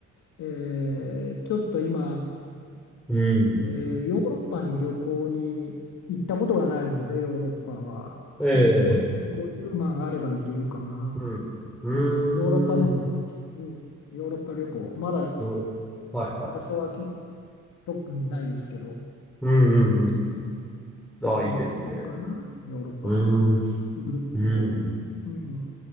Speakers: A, on the left; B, in the centre.
A: えーちょっと今、
B: うん、
A: えーヨーロッパに旅行に行ったことがないので、ヨーロッパは。
B: ええ、
A: ちょっと50万あれば行けるかな。
B: うん、
A: うん、ヨーロッパ旅行。
B: うーん、
A: うん、ヨーロッパ旅行。まだ
B: ヨーロッパ。はい、はい。
A: 場所はき特にないですけど、
B: うん、
A: はい、
B: うん、うん。
A: そこに行くかな。
B: あ、いいですね。
A: ヨーロッパ旅行に。
B: うん、
A: ぐるっとこう、
B: うん。
A: うん、